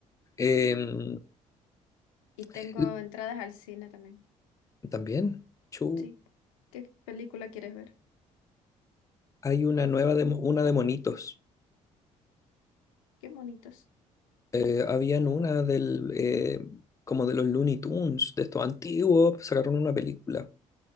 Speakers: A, on the left; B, on the left.
A: em,
B: Y
A: <clears throat>
B: tengo entradas al cine también.
A: también, chu,
B: Sí. ¿Qué película quieres ver?
A: hay una nueva de, mo- una de monitos.
B: Qué bonitos.
A: eh, habían una del, eh, como de los Looney Tunes, de estos antiguos, sacaron una película.